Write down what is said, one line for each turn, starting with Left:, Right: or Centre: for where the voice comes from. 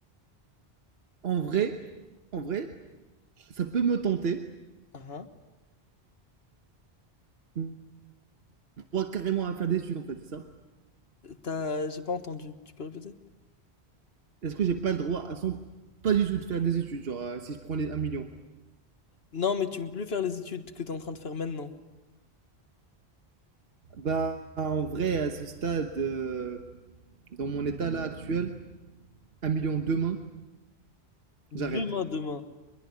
Right: en vrai, en vrai, ça peut me tenter.
Left: Ah ah.
Right: J'ai le droit carrément à faire des études en fait, c'est ça?
Left: T'as, j'ai pas entendu, tu peux répéter?
Right: Est-ce que j'ai pas le droit à son... Pas du tout de faire des études, genre euh, si je prenais un million.
Left: Non, mais tu peux plus faire les études que t'es en train de faire maintenant.
Right: Bah, en vrai, à ce stade, euh, dans mon état là actuel, un million demain, j'arrête.
Left: Demain, demain.